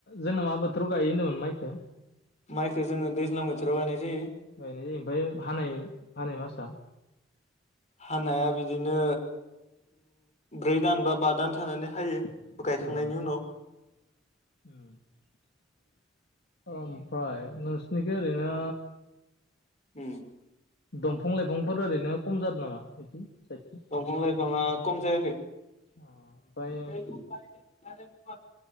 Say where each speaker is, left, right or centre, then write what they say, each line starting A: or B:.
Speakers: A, on the left; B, on the left.
A: जोंना मा बोथोराव गायो होनदोंमोन माइखो
B: माइखौ जोङो दैज्लां बोथोराव गायनाय जायो
A: गायनाय जायो ओमफ्राय हानाय हानाय मासा
B: हानाया बिदिनो ब्रै दान बा बा दान थानानै हायो
A: अ
B: गायखांनायनि उनाव
A: ओमफ्राय नोंसिनिखै ओरैनो
B: उम
A: दंफां लाइफांफोर ओरैनो खम जादों नामा बिदि साइडथिं
B: दंफां लाइफाङा खम जायाखै
A: अ ओमफ्राय
B: <unintelligible>